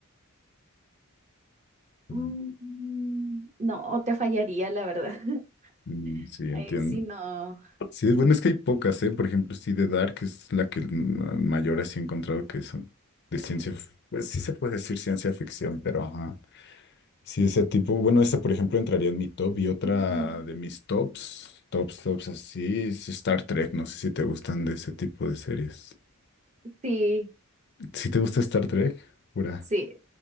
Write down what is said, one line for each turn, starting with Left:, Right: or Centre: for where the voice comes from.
Right: Mm,
Left: Mm,
Right: No, te fallaría, la verdad. <laughs>
Left: mm, sí,
Right: Ahí
Left: entiendo.
Right: sí no.
Left: Sí, bueno, es que hay pocas, ¿eh? Por ejemplo, sí, The Dark es la que mm, mayor así he encontrado que son de ciencia, f- pues sí se puede decir ciencia ficción, pero ajá. Sí, ese tipo, bueno, ese por ejemplo entraría en mi top y otra
Right: Ujú.
Left: de mis tops, tops, tops así, es Star Trek, no sé si te gustan de ese tipo de series.
Right: Sí,
Left: Si te gusta Star Trek? Jura.
Right: sí.